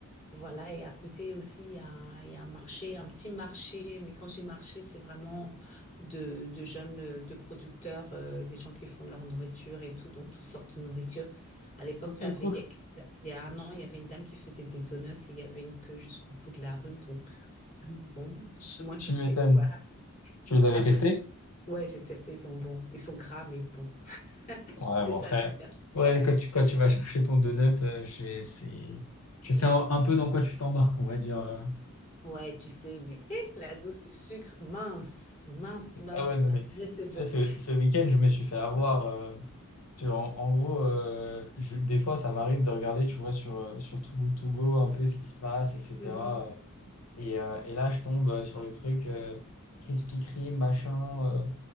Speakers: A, on the left; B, on the left.
A: voilà, et à côté aussi, il y a, un il y a un marché, un petit marché, mais quand j'ai marché, c'est vraiment de, de jeunes, euh, de producteurs, euh, des gens qui font de leur nourriture et tout, donc toutes sortes de nourriture. À l'époque,
B: Ok,
A: t'avais,
B: cool.
A: il y a un an, il y avait une dame qui faisait des donuts et il y avait une queue jusqu'au bout de la rue, donc bon,
B: <laughs>
A: moi, tu
B: Tu m'étonnes.
A: sais que voilà.
B: Tu les avais
A: Après,
B: testés?
A: ouais, j'ai testé, ils sont bons. Ils sont gras, mais bons. <laughs>
B: Ouais,
A: C'est
B: bon,
A: ça
B: après.
A: le pire.
B: Ouais,
A: Ouais.
B: quand tu, quand tu vas chercher ton donut, euh, je- c'est, tu
A: Mm.
B: sais un, un peu dans quoi tu t'embarques, on va dire. euh,
A: Ouais, tu sais, mais eh, la dose de sucre, mince, mince, mince,
B: Ah ouais, non,
A: mince.
B: mais
A: Mais c'est
B: ça,
A: bon.
B: ce, ce week-end, je me suis fait avoir. euh, tu vois, en, en gros, euh, je- des fois, ça m'arrive de regarder, tu vois, sur, euh, sur Too Good To Go, un peu ce qui se passe, etc.
A: Mhm.
B: Et, euh, et là, je tombe euh, sur le truc euh, Krispy Kreme, machin, euh,